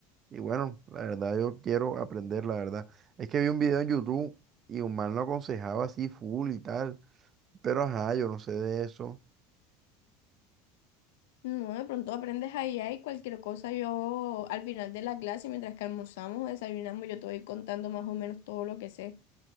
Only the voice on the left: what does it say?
No, de pronto aprendes ahí, ahí cualquier cosa. Yo al final de la clase, mientras que almorzamos o desayunamos, yo te voy contando más o menos todo lo que sé.